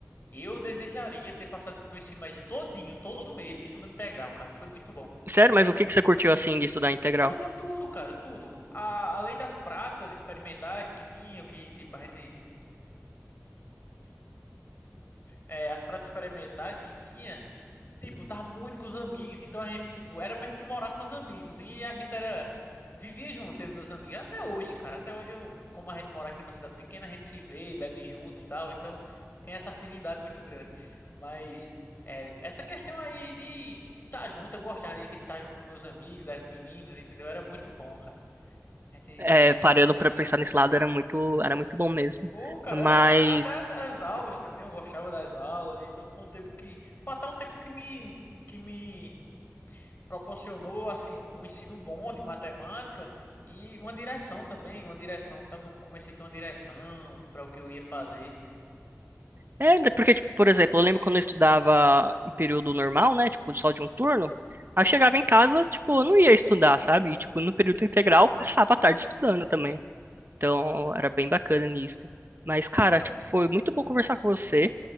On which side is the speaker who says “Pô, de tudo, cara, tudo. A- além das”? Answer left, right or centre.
Left